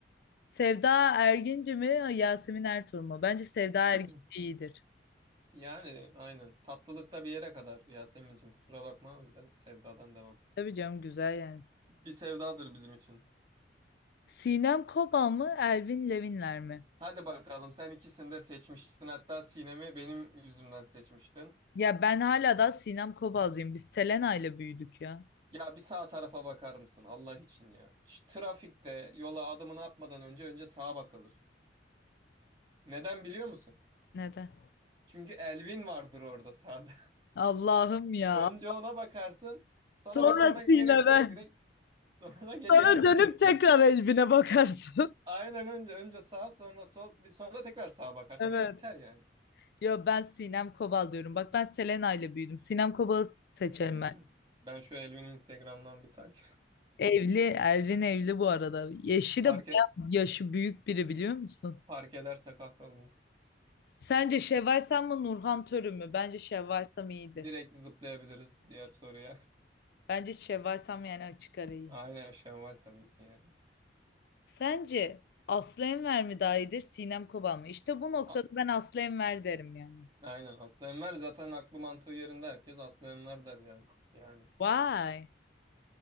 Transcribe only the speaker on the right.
<clears throat>
Yani aynen. Tatlılıkta bir yere kadar Yasemin'cim kusura bakma. O yüzden sevdadan devam.
Bir sevdadır bizim için.
Hadi bakalım sen ikisini de seçmiştin. Hatta Sinem'i benim yüzümden seçmiştin.
Ya bir sağ tarafa bakar mısın Allah için ya. Şu trafikte yola adımını atmadan önce önce sağa bakılır. Neden biliyor musun?
Çünkü Elvin vardır orada sağda.
Önce ona bakarsın. Sonra
bakmana
gerek yok. Direkt sonra <laughs> geçersin
direkt.
Aynen önce önce sağ sonra sol bir sonra tekrar sağa bakarsın
ve biter yani.
<clears throat>
Ben şu Elvin'i Instagram'dan bir takip.
<laughs> Fark,
e-
fark ederse kahrolayım.
Direkt zıplayabiliriz diğer soruya.
<laughs>
Aynen Şevval tabii ki yani.
A-
Aynen Aslı Enver zaten aklı mantığı yerinde herkes Aslı Enver der yani. Yani